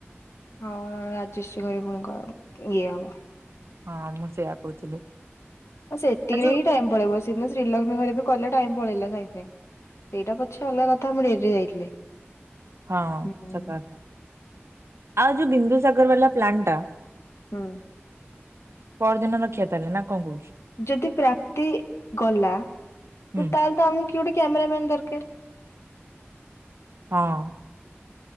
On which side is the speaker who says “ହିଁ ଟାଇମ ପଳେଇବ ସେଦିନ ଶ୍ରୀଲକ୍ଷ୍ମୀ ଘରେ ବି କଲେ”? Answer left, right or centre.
Left